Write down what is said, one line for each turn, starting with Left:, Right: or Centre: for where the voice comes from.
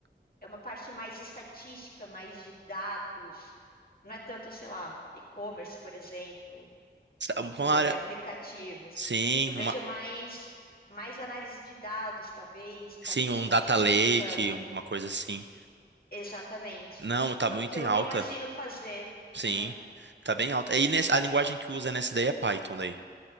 Left: é uma parte mais estatística, mais de dados. Não é tanto, sei lá, e-commerce, por exemplo,
Right: Sa- Uma
Left: ou desenvolver
Right: área,
Left: aplicativos.
Right: sim,
Left: Eu vejo
Right: uma,
Left: mais, mais análise de dados, talvez, parte
Right: sim,
Left: de
Right: um
Left: estatística.
Right: data lake, uma coisa assim.
Left: Exatamente.
Right: Não, tá
Left: É
Right: muito
Left: o que
Right: em
Left: eu
Right: alta,
Left: me imagino fazer.
Right: sim,
Left: Aham.
Right: tá bem alta. E nes- a linguagem que usa nessa ideia é Python daí.